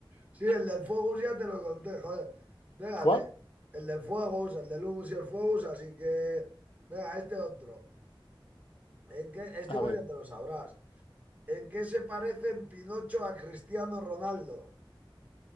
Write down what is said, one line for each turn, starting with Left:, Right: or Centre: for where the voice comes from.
Right: Sí, el del fuego ya te lo conté, joder. Venga,
Left: <laughs> ¿Cuál?
Right: te- el del fuego, el del humus y el fuego, así que, venga, este otro. ¿En qué, este
Left: A
Right: igual
Left: ver,
Right: ya te lo sabrás. ¿En qué se parecen Pinocho a Cristiano Ronaldo?